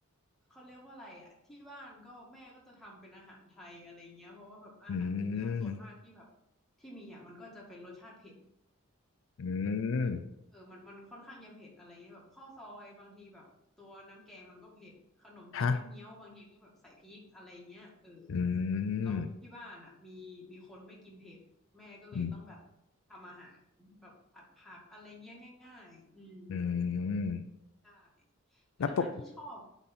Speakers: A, in the centre; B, on the left.
A: เขาเรียกว่าอะไรอ่ะที่บ้านก็แม่ก็จะทำเป็นอาหารไทยอะไรเงี้ยเพราะว่าแบบอาหารเหนือส่วนมากที่แบบ
B: อืม
A: ที่มีอ่ะมันก็จะเป็นรสชาติเผ็ด
B: อืม
A: เออมันมันค่อนข้างจะเผ็ดอะไรเงี้ยแบบข้าวซอยบางทีแบบตัวน้ำแกงมันก็เผ็ดขนมจีนน้ำเงี้ยวบางทีก็แบบใส่พริกอะไรเงี้ยเออ
B: ฮะอื
A: แล้วที่บ้านอ่ะมีมีคนไม่กินเผ็ดแม่ก็เลยต้องแบบทำอาหารแบบผัดผักอะไรเงี้ยง่ายๆอืม
B: มอืมอืม
A: ใช่แต่อาหารที่ชอบ
B: แล้วปก